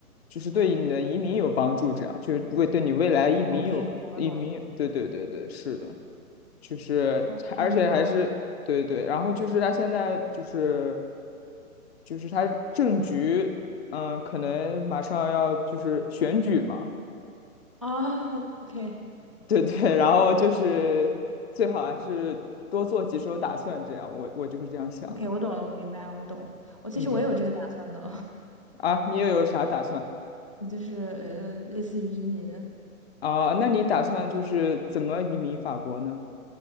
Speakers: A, on the left; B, on the left.
A: 就是对你的移民有帮助，这样就为对你未来移民有移民有对对对对，
B: ，OK，懂了懂了
A: 是的，就是还而且还是对对，
B: ，OK，明白了
A: 然后就是他现在就是就是他政局，嗯、可能马上要就是选举嘛。
B: 啊，OK。
A: 对 <laughs> 对，然后就是最好还是多做几手打算，这样我我就是这样想的。
B: OK，我懂了，我明白了，我懂。我其实我也有这个打算的，
A: 嗯嗯，啊，你又有啥打算
B: <laughs> 就是呃，类似于移民，
A: 啊？那你打算就是怎么移民法国呢？